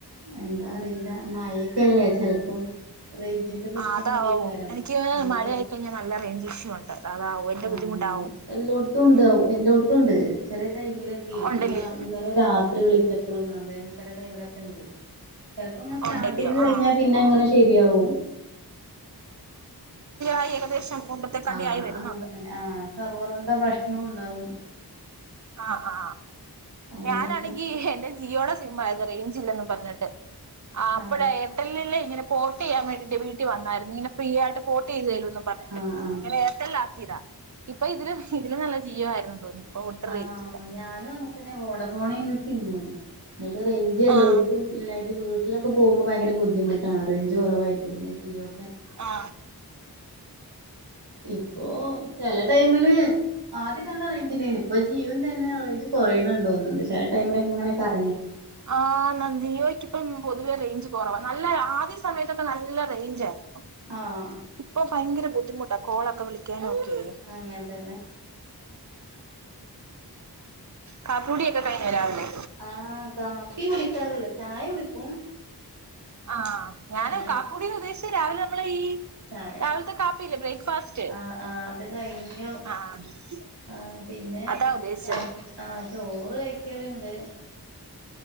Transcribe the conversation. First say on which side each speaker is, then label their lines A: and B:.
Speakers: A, on the right; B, on the right.
A: എന്താ അറിയില്ല മഴേ ക്കല്ലേ ചെലപ്പം റേഞ്ചിന്റെ പ്രശ്നം
B: ആ അതാവും
A: കൊണ്ടേക്കാരം
B: എനിക്ക്
A: <unintelligible>
B: മഴയായിക്കഴിഞ്ഞാൽ നല്ല റേഞ്ച് ഇഷ്യൂ ഉണ്ട് അതാവും എന്റെ
A: ആ
B: ബുദ്ധിമുട്ടാവും
A: എല്ലോട്ത്ത്ണ്ടാവും
B: ഉം
A: എല്ലോട്ത്തുണ്ട് ചെല ടൈമിലേക്കെ
B: ഉണ്ടല്ലേ
A: ഈ രാത് ഇന്നലെ രാ ത്രി വിളിച്ചപ്പളും അതെ ചെല ടൈമിലൊക്കെണ്ട് ചെലപ്പങ്ങനെ സ്റ്റാർട്ടിങ്ങ്
B: ഉണ്ടല്ലയോ
A: കഴിഞ്ഞാ
B: ആഹ്
A: പിന്നെങ്ങനെ ശെരിയാവും
B: ആയി ഏകദേശം മുമ്പത്തെക്കാട്ടിയായി
A: ആ
B: വരുന്നുണ്ട്
A: അങ്ങനെതന്നെ ആ സർവർന്റെ പ്രശ് നം ഉണ്ടാവും
B: ആ ആ
A: അങ്ങനെയൊക്കെ
B: ഞാനാണെങ്കി എന്റെ ജിയോടെ സിമ്മായിത് റേഞ്ചില്ലന്ന് പറഞ്ഞിട്ട് ആ അപ്പഴ
A: ആഹ്
B: എയർടെല്ലില് ഇങ്ങന പോർട്ടയ്യാൻ വേണ്ടിട്ട് വീട്ടി വന്നായിരുന്നു. ഇങ്ങനെ ഫ്രീയായിട്ട് പോട്ടേയ്ത് തരും ന്നും പറഞ്ഞിട്ട്
A: ആഹ് ആഹ്
B: അങ്ങനെ എയർടെൽ ആ ക്കിതാ ഇപ്പൊ ഇതില് ഇതില് നല്ല ജിയോ ആയിരുന്നു തോന്നി ഒട്ടും
A: ആ
B: റേഞ്ചില്ല
A: ഞാനും അങ്ങനെ തന്നെ വോഡഫോൺ എനി സിമ്മ് എന്നിട്ട് റേഞ്ച് എല്ലോടത്തും
B: ആഹ്
A: ഇല്ലായിട്ട് വീ ലൊക്കെ പോകുമ്പോ ഭയങ്കര ബുദ്ധിമുട്ടാണ് റേഞ്ച് കുറവായിട്ട് പിന്നെ ജിയോ
B: ആ
A: ഇപ്പോ ചില ടൈമില് ക്ക് ആദ്യക്കെ നല്ല റേഞ്ച്‌ ഇണ്ടെന്നും ഇപ്പ ജിയോന്റെ തന്നെ റേഞ്ച് കൊറേണണ്ടോന്നുന്നുണ്ട് ചില ടൈമിലൊക്കെ ഇങ്ങനെ കറ
B: ആഹ് നന്ദിനോയ്ക്കൊപ്പം പൊതുവെ റേഞ്ച് കുറവാ നല്ല ആദ്യ സമയത്തൊക്കെ നല്ല റേഞ്ച് ആയിരു
A: ആഹ്
B: ഇപ്പൊ ഭയങ്കര ബുദ്ധിമുട് കോളൊക്കെ വിളിക്കാൻ ഓക്കെ
A: അങ്ങനെ തന്നെ
B: കാപ്പി കുടിയൊക്കെ കഴിഞ്ഞ രാവിലെ
A: ആഹ് കാപ്പി കുടിക്കാറില്ല ചായ കുടിക്കും
B: ആ ഞാന്
A: ചായ
B: കാക്കൂടിൽ ഉദേശ ത്തെ രാവിലെ നമ്മളെ ഈ
A: ചായ
B: രാവിലത്തെ കാപ്പിയില്ലേ ബ്രേക്ക്ഫാസ്റ്റ്
A: ആ ആ അത് കഴിഞ്ഞു
B: ആഹ്
A: ആ പിന്നെ
B: അതാ ഉദ്ദേശിച്ചത്
A: ക ആ ചോറ് കഴി ക്കല്ണ്ട്